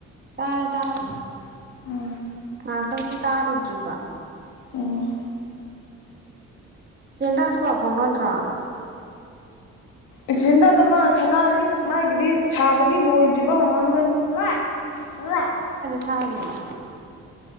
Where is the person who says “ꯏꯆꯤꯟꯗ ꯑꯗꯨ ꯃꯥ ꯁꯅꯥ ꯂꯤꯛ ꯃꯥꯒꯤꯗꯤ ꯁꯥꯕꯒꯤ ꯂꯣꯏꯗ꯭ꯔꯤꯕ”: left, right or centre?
Left